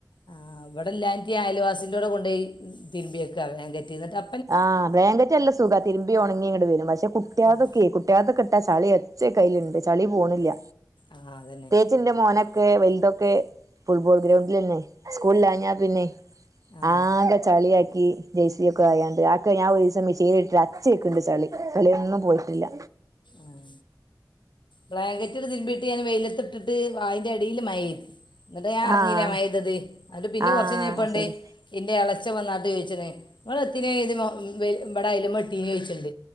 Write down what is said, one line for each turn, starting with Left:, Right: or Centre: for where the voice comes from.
Left: ആ ഇവ്ടെല്ലാറ്റീഞ അയൽവാസിന്റോടെ കൊണ്ടെയ് തിര്മ്പിയക്ക വാങ്കറ്റ് ന്ട്ടാ
Right: ആ ബ്ളാങ്കറ്റല്ല സുഖ തിര്മ്പി ഒൺങ്ങി ഇങ്ങട്ട് വരും പക്ഷെ കുട്ട്യേതൊക്കെ
Left: ആഹ്
Right: കുട്ട്യേതൊക്കട്ടാ ചളി ചേ കയില്ണ്ട് ചളി പോണ്ല്ല
Left: ആ അതന്നെ
Right: ച്ചിന്റെ മോനൊക്കെ വെൽതൊക്കെ ഫുട്ബോൾ ഗ്രൗണ്ടിലെന്നെ സ്കൂളിലാഞ്ഞാ പിന്നെ
Left: ആഹ്
Right: ആകെ ചളിയാക്കി ജെയ്സി ഒക്കെ ആയാണ്ട് ക്കെ ഞാൻ ഒരിസം മെഷീലിട്ട് അച്ചേക്ക്ണ്ട് ചളി ചളിയൊന്നും പോയിട്ടില്ല
Left: ആഹ ബ്ലാങ്കറ്റ് തിര്മ്പിട്ട് ഞാ വെയിലത്തിട്ടിട്ട് അയിന്റെ ടെല് മയയ്ത് ന്നട്ട് ഞാ അറ്ഞ്ഞില
Right: ആഹ്
Left: മയെയ്തത് അട്ട് പിന്നെ
Right: ആഹ്
Left: കൊർച്ചയ്ഞ്ഞപ്പണ്ട്
Right: ശരി
Left: ഇൻ്റെ എളച്ചം വന്നാട്ട് ചോയിച്ച്ണ് ങ്ങള് എത്തിനെ ഇത് മൊ വെ വെട അയ്ല്മട്ടീനെച്ച്ണ്ട്